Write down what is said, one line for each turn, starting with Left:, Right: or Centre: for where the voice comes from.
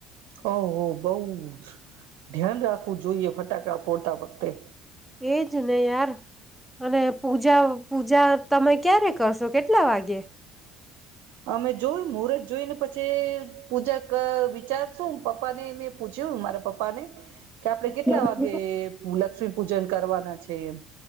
Right: ઓ હો બહુ જ. ધ્યાન રાખવું જોઈએ ફટાક કડા ફોડતા વખતે.
Centre: એજ ને યાર અને પૂજા પૂજા તમે ક્યારે કરશો કેટલા વાગ્યે?
Right: અમે જોયું મુહૂર્ત જોઈને પછી પૂજા ક વિચારશું પપ્પા ને મેં પૂછ્યું મારા પપ્પા ને કે આપડે
Centre: હ
Right: કેટલા વાગે મુ લક્ષ્મી પૂજન કરવાના છે એમ.